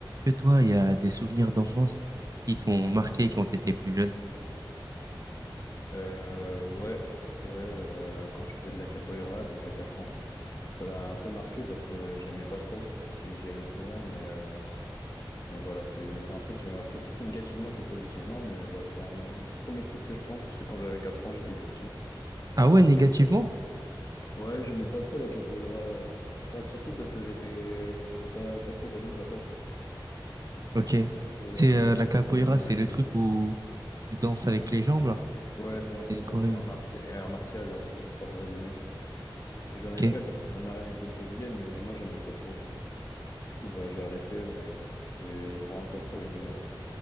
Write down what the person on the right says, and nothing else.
Que toi, il y a des souvenirs d'enfance qui t'ont marqué quand t'étais plus jeune?
Ah
ouais, négativement?
Ok.
C'est
euh,
la
capoeira,
c'est le
truc où tu danses avec les jambes, là.
C'est une
corée.
Ok.